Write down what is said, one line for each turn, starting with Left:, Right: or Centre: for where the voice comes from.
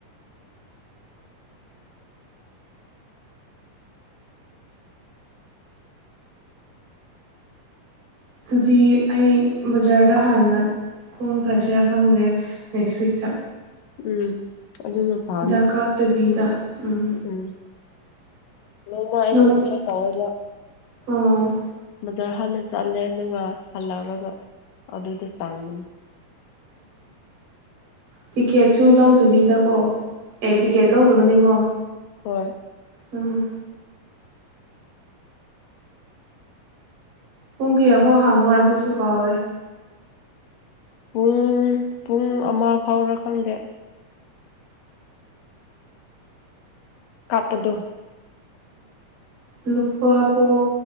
Right: ꯑꯗꯨꯗꯤ ꯑꯩ ꯕꯖꯥꯔꯗ ꯍꯥꯟꯅ ꯀꯨꯝꯈꯔꯁꯤꯔ ꯈꯪꯗꯦ ꯅꯦꯛꯁ ꯋꯤꯛꯇ
Left: ꯎꯝ ꯑꯗꯨꯅ ꯐꯅꯤ
Right: ꯍꯤꯗꯥꯛ ꯀꯥꯞꯇꯕꯤꯗ ꯎꯝ
Left: ꯎꯝ ꯅꯣꯡꯃꯥ ꯑꯩꯁꯨ
Right: ꯅꯣꯡ
Left: ꯑꯗꯨꯃꯥꯏ ꯇꯧꯋꯦꯕ
Right: ꯑꯣ
Left: ꯕꯖꯥꯔ ꯍꯥꯟꯅ ꯆꯠꯂꯦ ꯑꯗꯨꯒ ꯍꯜꯂꯛꯔꯒ ꯑꯗꯨꯗ ꯆꯪꯕꯅꯤ
Right: ꯇꯤꯛꯀꯦꯠꯁꯨ ꯂꯧꯗꯕꯤꯗꯀꯣ ꯑꯦ ꯇꯤꯛꯀꯦꯠ ꯂꯧꯗꯕꯅꯤꯀꯣ
Left: ꯍꯣꯏ
Right: ꯎꯝ ꯄꯨꯡ ꯀꯌꯥꯐꯥꯎ ꯍꯥꯡꯕꯥ ꯑꯗꯨꯁꯨ ꯀꯥꯎꯔꯦ
Left: ꯄꯨꯡ ꯄꯨꯡ ꯑꯃ ꯐꯥꯎꯔꯥ ꯈꯪꯗꯦ ꯀꯥꯞꯄꯗꯣ
Right: ꯂꯨꯄꯥ ꯄꯣꯛ